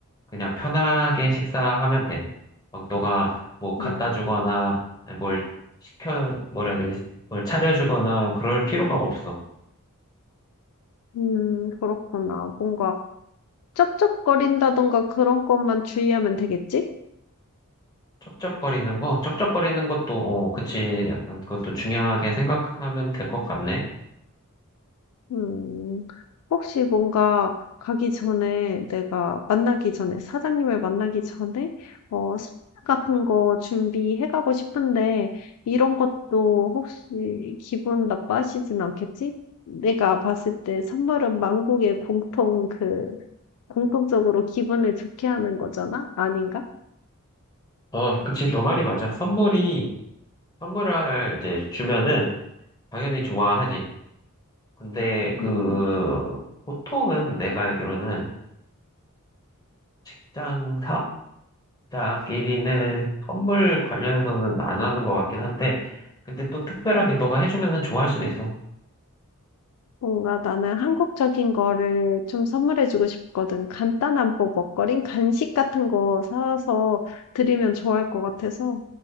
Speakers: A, on the left; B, on the left.
A: 그냥 편하게 식사하면 돼. 막 너가 뭐 갖다
B: 음,
A: 주거나 뭘 시켜 뭐라 해야 되지? 뭘 차려주거나 그럴 필요가 없어.
B: 음, 그렇구나. 뭔가 쩝쩝거린다던가 그런 것만 주의하면 되겠지?
A: 쩝쩝거리는 거? 쩝쩝거리는 것도, 어, 그치. 약간 그것도 중요하게 생각하면 될 것 같네.
B: 음. 혹시 뭔가 가기 전에 내가 만나기 전에 사장님을 만나기 전에 어 스낵 같은 거 준비해 가고 싶은데 이런 것도 혹시 기분 나빠하시진 않겠지? 내가 봤을 때 선물은 만국의 공통 그 공통적으로 기분을 좋게 하는 거잖아? 아닌가?
A: 어, 그치. 너 말이 맞아. 선물이, 선물을 이제 주면은 당연히 좋아하지. 근데 그,
B: 음.
A: 보통은 내가 알기로는 직장 사업자끼리는 선물 관련해서는 안 하는 것 같긴 한데, 근데 또 특별하게 너가 해주면은 좋아할 수도 있어.
B: 뭔가 나는 한국적인 거를 좀 선물해주고 싶거든. 간단한 뭐 먹거리, 간식 같은 거 사서 드리면 좋아할 것 같아서